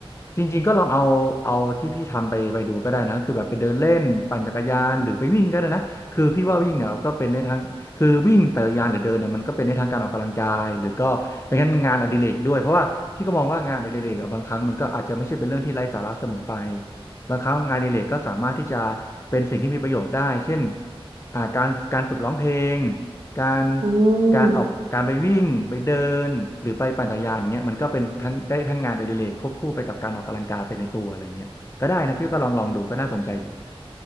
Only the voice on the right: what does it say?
อื
ม